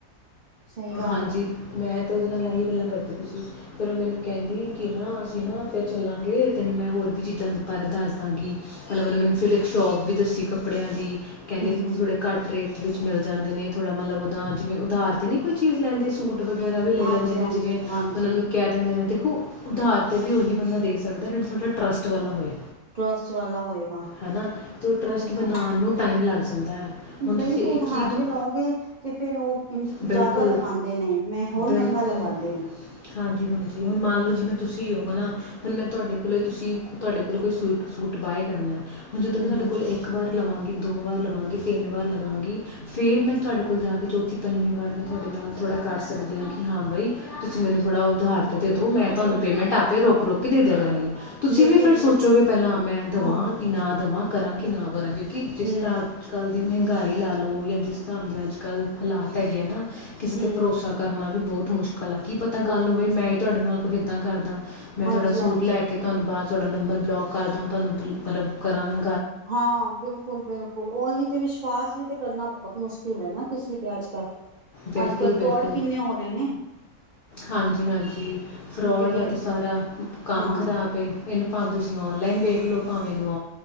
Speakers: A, on the right; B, on the left.
A: ਸਹੀ ਗੱਲ
B: ਹਾਂਜੀ
A: ਹੈ
B: ਮੈਂ ਤੇ ਉਹਦੇ ਨਾਲ ਇਹੀ ਗੱਲਾਂ ਕਰਦੇ ਤੁਸੀਂ ਫਿਰ ਉਹ ਮੈਨੂੰ ਕਹਿੰਦੀ ਕਿ ਨਾ ਅਸੀਂ ਨਾ ਫਿਰ ਚੱਲਾਂਗੇ ਤੈਨੂੰ ਮੈਂ ਹੋਰ ਵੀ ਚੀਜ਼ਾਂ ਬਾਰੇ ਦੱਸ ਦਾਂਗੀ ਮਤਲਬ ਉਹਨੇ ਮੈਨੂੰ ਫਿਰ ਇੱਕ ਸ਼ੋਪ ਵੀ ਦੱਸੀ ਕੱਪੜਿਆਂ ਦੀ ਕਹਿੰਦੇ
A: ਹਮ ਹਮ
B: ਥੋੜੇ ਘੱਟ ਰੇਟ ਵਿੱਚ ਮਿਲ ਜਾਂਦੇ ਨੇ ਥੋੜ੍ਹਾ ਮਤਲਬ ਉਹਦਾ ਜਿਵੇਂ ਉਧਾਰ ਤੇ ਨਹੀਂ ਕੋਈ ਚੀਜ਼ ਲੈਂਦੇ ਸੂਟ ਵਗੈਰਾ ਵੀ ਲੈ
A: ਹਾਂਜੀ
B: ਲੈਂਦੇ ਨੇ
A: ਹਾਂਜੀ
B: ਜਿਵੇਂ
A: ਹਾਂਜੀ
B: ਉਹਨਾਂ ਨੂੰ ਕਹਿ ਦਿੰਦੇ ਨੇ ਦੇਖੋ ਉਦਾਰ'ਤੇ ਵੀ ਉਹੀ ਬੰਦਾ ਦੇ ਸਕਦਾ ਜਿਹੜਾ ਤੁਹਾਡਾ ਟਰੱਸਟ ਵਾਲਾ ਹੋਏ
A: ਟਰਸਟ ਵਾਲਾ ਹੋਏਗਾ
B: ਹੈ ਨਾ ਅਤੇ ਉਹ ਟਰਸਟ
A: ਬਿਲਕੁਲ
B: ਬਣਾਉਣ ਨੂੰ ਟਾਈਮ ਲੱਗ ਜਾਂਦਾ ਹੈ ਹੁਣ
A: ਬਈ
B: ਤੁਸੀਂ
A: ਉਧਾਰ
B: ਇੱਕ ਹੀ ਦੁ
A: ਤੇ ਲਓਗੇ ਤੇ ਫੇਿਰ ਉਹ
B: ਬਿਲਕੁਲ
A: ਜ਼ਿਆਦਾ ਲਗਾਉਂਦੇ ਨੇ ਮ ਹੋਰ
B: ਬਿਲਕੁਲ
A: ਮਹਿੰਗਾ ਲਗਾਉਂਦੇ ਨੇ
B: ਹਾਂਜੀ ਹਾਂਜੀ ਹੁਣ ਮਾਨ ਲਓ ਜਿਵੇ ਤੁਸੀ ਹੋ ਨਾ ਹੁਣ ਮੈਂ ਤੁਹਾਡੇ ਕੋਲੋਂ ਹੀ ਤੁਸੀਂ ਤੁਹਾਡੇ ਕੋਲੋਂ ਕੋਈ ਸੂਟ ਸੂਟ ਬਾਾਏ ਕਰਨਾ ਹੁਣ ਜਦੋਂ
A: ਹਮ
B: ਮੈਂ ਤੁਹਾਡੇ
A: ਹਮ
B: ਕੋਲ ਇੱਕ ਵਾਰ ਲਵਾਂਗੀ ਦੋ ਵਾਰ ਲਵਾਂਗੀ ਤਿੰਨ ਵਾਰ ਲਵਾਂਗੀ ਫੇਿਰ ਮੈਂ ਤੁਹਾਡੇ ਕੋਲ ਜਾ ਕੇ ਚੌਥੀ ਪੰਜਵੀਂ ਵਾਰ ਮੈਂ ਤੁਹਾਡੇ ਨਾਲ ਥੋੜ੍ਹਾ ਕਰ ਸਕਦੀ ਹਾਂ ਕਿ ਹਾਂ ਬਾਈ ਤੁਸੀਂ ਮੈਨੂੰ ਥੋੜ੍ਹਾ ਉਧਾਰ 'ਤੇ ਦੇ ਦਉ ਮੈਂ ਤੁਹਾਨੂੰ ਪੇਮੈਂਟ ਆਪ ਰੁਕ ਰੁਕ ਕੇ ਦੇ ਦਿਆ ਕਰਾਂਗੀ ਤੁਸੀਂ
A: ਬਿਲਕੁਲ
B: ਵੀ ਫਿਰ
A: ਜੀ
B: ਸੋਚੋਗੇ
A: ਬਿਲਕੁਲ
B: ਪਹਿਲਾਂ ਮੈਂ ਦਵਾਂ
A: ਹਾਂ
B: ਕਿ ਨਾ ਦਵਾਂ ਕਰਾਂ ਕਿ ਨਾ ਕਰਾਂਗੇ ਕਿ ਜਿਸਦਾ
A: ਹਮ
B: ਅੱਜ ਕੱਲ੍ਹ ਦੀ ਮਹਿੰਗਾਈ ਲਾ ਲਓ ਜਾਂ ਜਿਸ ਧਾਮ ਦੇ ਅੱਜ ਕੱਲ੍ਹ ਹਾਲਾਤ ਤਗ ਨਾ ਕਿਸੇ
A: ਹਮ
B: ਤੇ ਭਰੋਸਾ ਕਰਨਾ ਵੀ ਬਹੁਤ ਮੁਸ਼ਕਿਲ ਆ ਕੀ ਪਤਾ
A: ਬਹੁਤ
B: ਕੱਲ੍ਹ ਨੂੰ ਬਈ
A: ਮੁਸ਼ਕਿਲ
B: ਮੈਂ ਹੀ ਤੁਹਾਡੇ
A: ਹੈ
B: ਨਾਲ ਹੀ ਇਦਾਂ ਕਰਦਾ ਮੈਂ
A: ਹਾਂਜੀ
B: ਤੁਹਾਡਾ ਸੂਟ
A: ਹਾਂਜੀ
B: ਲੈ ਕੇ ਤੁਹਾਨੂੰ ਬਾਅਦ ਚ ਤੁਹਾਡਾ ਨੰਬਰ ਬਲੋਕ ਕਰਦਾ ਤੁਹਾਨੂੰ ਮਤਲਬੁ ਕਰਾਨਾ
A: ਹਾਂ ਬਿਲਕੁਲ ਬਿਲਕੁਲ ਉਹੀ ਤੇ ਵਿਸ਼ਵਾਸ ਵੀ ਤੇ ਕਰਨਾ ਪ ਬਹੁਤ ਮੁਸ਼ਕਿਲ ਹੈ ਨਾ ਕਿਸੀ ਤੇ ਆੱਜ ਕੱਲ
B: ਬਿਲਕੁਲ
A: ਅੱਜ ਕੱਲ ਫਰੋਡ
B: ਬਿਲਕੁਲ
A: ਕਿੰਨੇ ਹੋ ਰਹੇ ਨੇ
B: ਹਾਂਜੀ ਹਾਂਜੀ ਫਰੋਡ
A: ਮੈਂ ਕਹਿ
B: ਦਾ ਤੇ
A: ਰਹੀ
B: ਸਾਰਾ ਕੰਮ
A: ਹਾਂ
B: ਖ਼ਰਾਬ ਐ ਇਹਨੂੰ ਭਾਵੇਂ ਤੁਸੀਂ ਓਨਲਾਈਨ ਵੇਖ ਲਓ ਭਾਵੇਂ ਨੂੰ